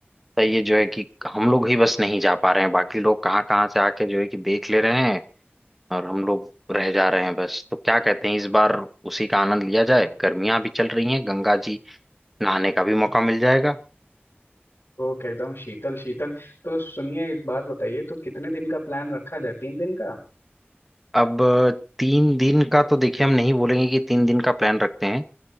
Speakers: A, in the centre; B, on the left.
A: तो ये जो है कि हम लोग ही बस नहीं जा पा रहे हैं बाकी लोग कहाँ कहाँ से आके जो है कि देख ले रहे हैं और हम लोग रह जा रहे हैं बस तो क्या कहते हैं इस बार उसी का आनंद लिया जाए गर्मियां भी चल रही हैं गंगा जी नहाने का भी मौका मिल जाएगा
B: तो क्या एकदम शीतल शीतल तो सुनिए एक बात बताइए तो कितने दिन का प्लान रखा जाए तीन दिन का
A: अब तीन दिन का तो देखिए हम नहीं बोलेंगे कि तीन दिन का प्लान रखते हैं